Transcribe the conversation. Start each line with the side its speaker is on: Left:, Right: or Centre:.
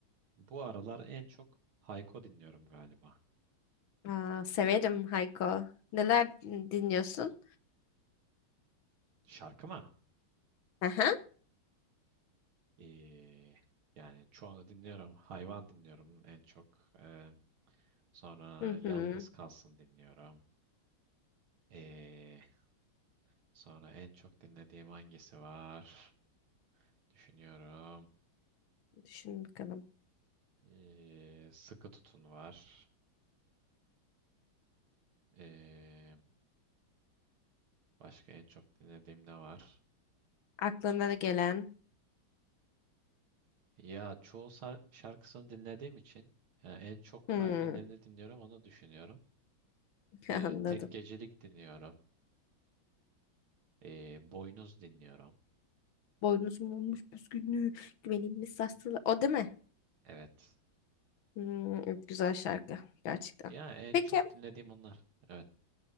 Right: bu aralar en çok Hayko dinliyorum galiba.
Left: Aa, severim Hayko. Neler dinliyorsun?
Right: Şarkı mı?
Left: Aha.
Right: Eee, yani çoğunu dinliyorum. Hayvan dinliyorum en çok. Eee, sonra
Left: Hı
Right: Yalnız
Left: hı.
Right: Kalsın dinliyorum. Eee, sonra en çok dinlediğim hangisi var? Düşünüyorum.
Left: Düşün bakalım.
Right: Eee, Sıkı Tutun var. Eee Başka en çok dinlediğim ne var?
Left: Aklına gelen.
Right: Ya çoğu sar- şarkısını dinlediğim için yani en çok
Left: Hı,
Right: hangilerini dinliyorum onu düşünüyorum.
Left: <laughs>
Right: Ee,
Left: anladım.
Right: Tek Gecelik dinliyorum. Ee, Boynuz dinliyorum.
Left: Boynuzum olmuş püskünlüğü, güvenilmiş sarsılı. O değil mi?
Right: Evet.
Left: Hı, güzel şarkı gerçekten.
Right: Ya en
Left: Peki
Right: çok dinlediğim onlar. Evet.